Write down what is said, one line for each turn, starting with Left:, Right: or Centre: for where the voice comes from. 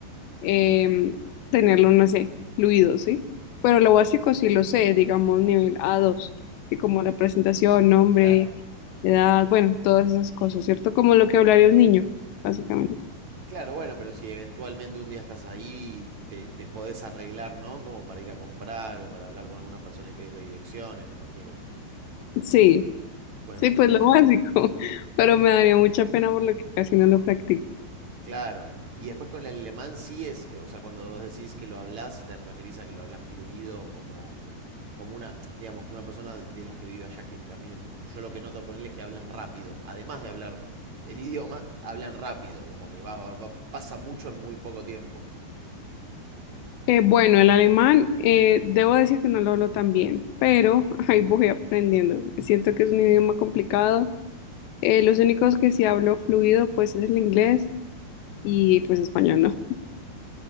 Left: em, tenerlo, no sé, fluido, ¿sí? Pero lo básico sí lo sé, digamos nivel a dos así como la presentación, nombre,
Right: claro.
Left: edad, bueno, todas esas cosas, ¿cierto? Como lo que hablaría un niño, básicamente.
Right: Claro, bueno, pero si eventualmente un día estás ahí, te, te podés arreglar, ¿no? Como para ir a comprar o para hablar con alguna persona y pedirle direcciones, me imagino.
Left: Sí,
Right: Bueno,
Left: sí,
Right: eso
Left: pues lo
Right: es-
Left: básico, <laughs> pero me daría mucha pena por lo que casi no lo practico.
Right: claro. Y después con el alemán sí es, eh, o sea, cuando vos decís que lo hablas, te referís a que lo hablas fluido como, como una, digamos, como una persona de las que vive allá que también, yo lo que noto ponerles es que hablan rápido. Además de hablar el <laughs> idioma, hablan rápido, como que va, va- va- pasa mucho en muy poco tiempo.
Left: Eh, bueno, el alemán, eh, debo decir que no lo hablo tan bien, pero <laughs> ahí voy aprendiendo. Siento que es un idioma complicado. Eh, los únicos que sí hablo fluido, pues es el inglés y pues español, ¿no?